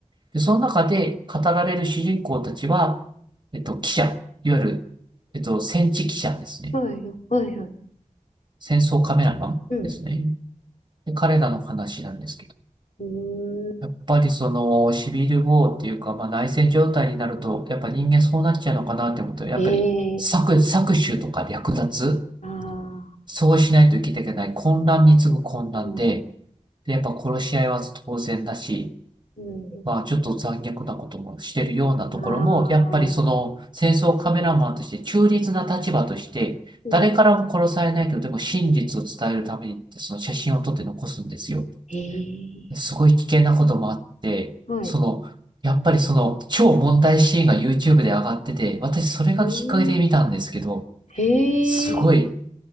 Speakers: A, on the right; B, on the left.
A: で、その中で語られる主人公たちは、えっと、記者、いわゆる、えっと、戦地記者ですね。
B: はい、はい、はい、
A: 戦争カメラマンですね。
B: うん、
A: で、彼らの話なんですけど。
B: うー
A: やっぱりそのシビルウォーっていうか、まあ、内戦状態になると、やっぱ人間そうなっちゃうのかなって思うと、やっぱり搾、
B: ん、ええ
A: 搾取とか略奪、
B: ああ
A: そうしないと生きていけない混乱に次ぐ混乱で、
B: ー、うん、
A: で、やっぱ殺し合いは当然だし、
B: うん、
A: まあ、ちょっと残虐なこともしてるようなところも、
B: ああ、
A: やっぱりその戦争カメラマンとして中立な立場として、
B: うん、
A: 誰からも殺されないけど、でも真実を伝えるためにって、その写真を撮って残すんですよ。
B: ええ
A: すごい危険なこともあって、
B: はい、
A: その、やっぱりその超問題シーンが YouTube で上がってて、私それがきっかけで見たんですけど、
B: うーん、へ
A: すごい、
B: え
A: い